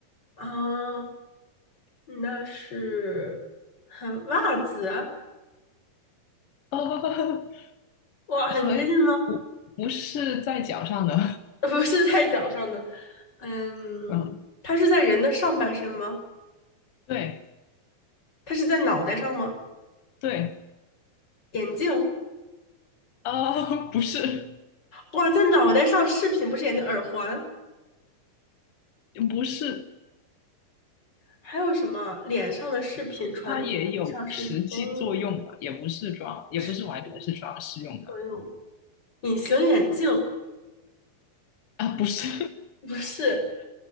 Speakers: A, on the left; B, on the left.
A: 啊，那是很袜子，
B: 呃，
A: 哇，很接近吗？
B: 和不不是在脚上的，
A: <laughs> 不是在脚上的，嗯，
B: <laughs> 嗯，
A: 它是在人的上半身吗？
B: 对
A: 它是在脑袋上吗？
B: 对，
A: 眼镜，
B: 呃，不是，
A: 哇，在脑袋上，饰品不是眼镜，耳环，
B: 不是。
A: 还有什么？脸上的饰品，传统意义上是坚硬
B: 它也有实际作用的，也不是装，
A: 的饰品
B: 也不是完全是装饰用的
A: 作用，隐形眼镜。
B: 啊，不是，
A: 不是，